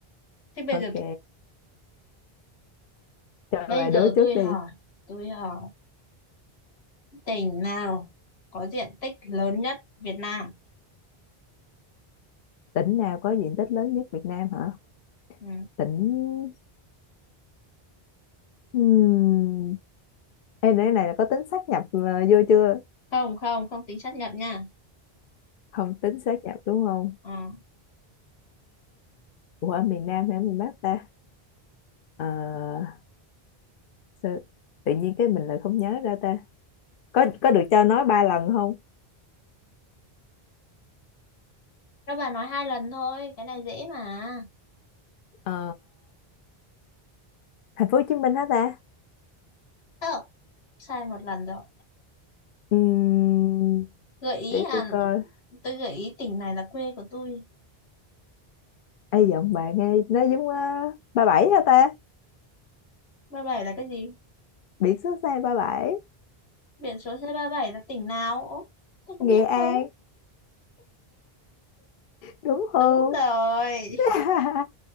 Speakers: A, on the left; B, on the left.
A: thế bây
B: Ok,
A: giờ
B: cho
A: bây
B: bà đố
A: giờ
B: trước
A: tôi
B: đi.
A: hỏi tôi hỏi tỉnh nào có diện tích lớn nhất Việt Nam
B: Tỉnh nào có diện tích lớn nhất Việt Nam hả?
A: ừ.
B: Tỉnh hmm. Ê, nãy này là có tính sáp nhập ờ, vô chưa?
A: không không không tính sát nhập nha
B: Không tính sáp nhập đúng không?
A: ờ.
B: Ủa ở miền Nam hay ở miền Bắc ta? Ờ, sao- Tự nhiên cái mình lại không nhớ ra ta. Có có được cho nói ba lần không?
A: các bạn nói hai lần thôi cái này dễ mà
B: Ờ, Thành phố Hồ Chí Minh hả ta?
A: không sai một lần rồi
B: Ừm,
A: gợi ý
B: để
A: à
B: tôi coi.
A: tôi gợi ý tỉnh này là quê của tôi
B: Ê giọng bạn nghe nó giống uh, ba bảy hả ta?
A: ba bảy là cái gì
B: Biển số xe ba bảy,
A: biển số xe ba bảy là tỉnh nào Ố, tôi
B: Nghệ
A: có biết
B: An
A: đâu
B: đúng không?
A: đúng rồi
B: <laughs>